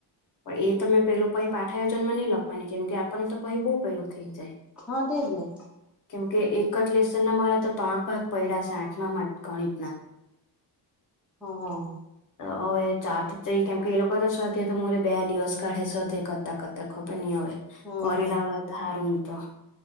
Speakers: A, on the left (about 50°); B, in the centre.
A: પણ એ તો મેં પેલું પહી પાઠા યોજનમાં નહી લખવાની કેમ કે આપણને તો પહી બહુ પેલું થઈ જાય.
B: હા તે જ ને.
A: કેમકે એક જ લેસન ના મારા તો ત્રણ ભાગ પડ્યા છે આઠમામાં ગણિતના.
B: હા હા
A: હવે ચાત કેમ કે એ લોકો તો સ્વાધ્યાય મોરે બે દિવસ કાઢે સ્વાધ્યાય કરતા કરતા ખબર નહી હવે.
B: હમ
A: કોરી લવલો હોય તો હારુ ને તો.